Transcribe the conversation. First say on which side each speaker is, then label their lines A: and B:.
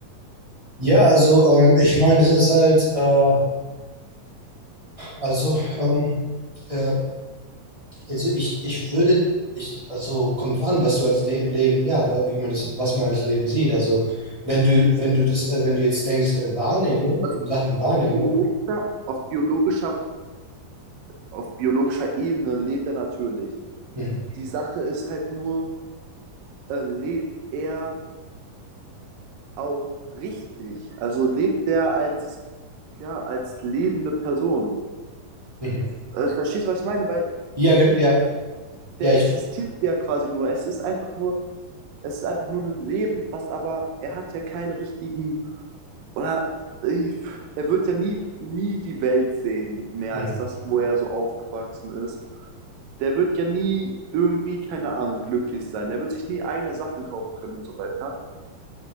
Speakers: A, on the right; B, on the right.
A: Ja, also ähm, ich meine, das ist halt, äh, ha, also, ähm, äh, also ich, ich würde, ich, also kommt drauf an, was du als ne Leben, ja, wa- wie man das, was man als Leben sieht. Also wenn du, wenn du das, äh, wenn du jetzt denkst, äh, Wahrnehmung,
B: Also
A: in Sachen Wahrnehmung,
B: auf biologischer, auf biologischer, auf biologischer Ebene lebt er natürlich.
A: mhm.
B: Die Sache ist halt nur, äh, lebt er auch richtig? Also lebt er als, ja, als lebende Person?
A: Mhm.
B: Äh, verstehst du, was ich meine? Weil
A: Ja, gen- ja, ja,
B: der
A: ich,
B: existiert ja quasi nur. Es ist einfach nur Es ist einfach nur ein Leben, was aber, er hat ja keinen richtigen, oder äh, er wird ja nie, nie die Welt sehen, mehr
A: mhm.
B: als das, wo er so aufgewachsen ist. Der wird ja nie irgendwie, keine Ahnung, glücklich sein. Der wird sich nie eigene Sachen kaufen können und so weiter.